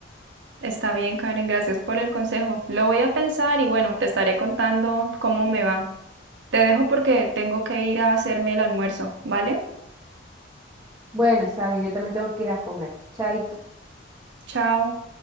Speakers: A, on the right; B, on the right.
A: Está bien, Karen, gracias por el consejo. Lo voy a pensar y bueno, te estaré contando cómo me va. Te dejo porque tengo que ir a hacerme el almuerzo, ¿vale?
B: Bueno, está bien, yo también tengo que ir a comer. Chaito.
A: Chao.